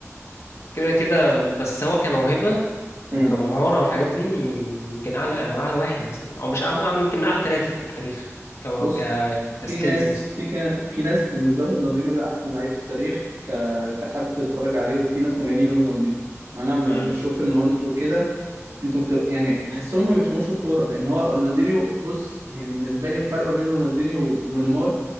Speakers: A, on the left; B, on the right.
A: كده كده بس هو كموهبة وكمهارة
B: امم
A: والحاجات دي من يمكن اعلى انا اعلى واحد مثلا او مش اعلى أعلى- يمكن من اعلى ثلاثة في التاريخ كمه...
B: بص
A: ك
B: في
A: كسكيلز
B: ناس
A: مثلا
B: في كان في ناس بالنسبه لهم رونالدينيو ده احسن لعيب في التاريخ ك... كحد اتفرج عليه وفي ناس مجانين رونالدينيو انا م-
A: مم.
B: بشوف ان هو انتوا كده انتوا مت... يعني بحسهم ما بيفهموش الكوره ان هو رونالدينيو بص يعني بالنسبه لي الفرق ما بين رونالدينيو و- ونيمار